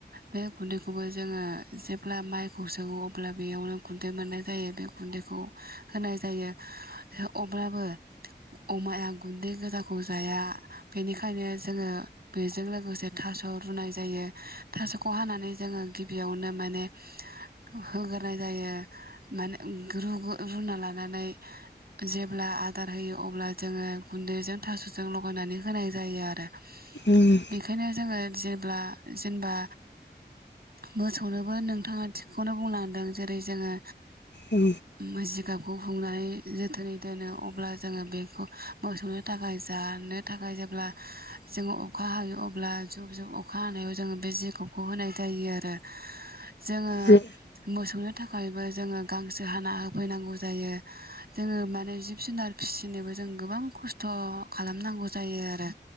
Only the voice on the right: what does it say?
बे गुन्दैखौबो जोङो जेब्ला माइखौ सौवो अब्ला बेयावनो गुन्दै मोननाय जायो बे गुन्दैखौ होनाय जायो। अब्लाबो अमाया गुन्दै गोजाखौ जाया बेनिखायनो जोङो बेजों लोगोसे थास' रुनाय जायो। थास'खौ हानानै जोङो बेयावनो माने होग्रोनाय जायो माने रु-रुना लानानै जेब्ला आदार होयो अब्ला जोङो गुन्दैजों थास'जों लगायनानै होनाय जायो आरो। बेखायनो
जोङो जे जेब्ला जेनेबा मोसौनोबो नोंथाङा थिगखौनो बुंलांदों जेरै जोङो
मजिगाब गफुंनानै जोथोनै दोनो अब्ला जोङो बेखौ मोसौनो थाखाय जानो थाखाय जेब्ला जोङो अखा हायो अब्ला जुब जुब अखा अखा हानायाव जोङो बे जिखौखौ होनाय जायो आरो। जोङो
मोसौनो थाखायबो जोङो गांसो हाना होफैनांगौ जायो जोङो माने जिब जुनार फिसिनोबो जों गोबां खस्थ' खालामनांगौ जायो आरो।